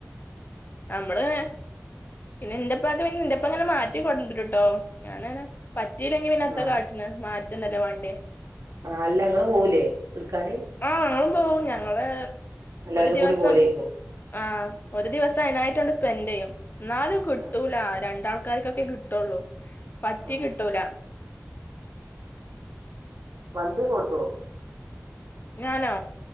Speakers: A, on the left; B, on the right.
A: നമ്മള് പിന്നെ എന്റപ്പാക്ക് പിന്നെ എന്റെപ്പ ഇങ്ങനെ മാറ്റി കൊണ്ടോരുംട്ടോ ഞാനാണ് പറ്റിയില്ലെങ്കി പിന്നെ എത്താ
B: ആഹ്
A: കാട്ടണ്. മാറ്റെന്നല്ലേ വാണ്ടി.
B: ആ അല്ല നിങ്ങ പോവൂലേ? എടുക്കാന്
A: ആ ഞങ്ങളും പോവും ഞങ്ങള്
B: എല്ലാരും
A: ഒരു ദിവസം.
B: കൂടി പോവലേക്കും
A: ആ ഒരു ദിവസം അയിനായിട്ടാണ്ട് ആ സ്പെൻഡ് ചെയ്യും. എന്നാലും കിട്ടൂല
B: ആഹ്
A: രണ്ടാൾക്കാർക്കൊക്കെ കിട്ടുള്ളൂ പറ്റി
B: ആഹ്
A: കിട്ടൂല
B: വണ്ടി ഓട്ടുവോ
A: ഞാനോ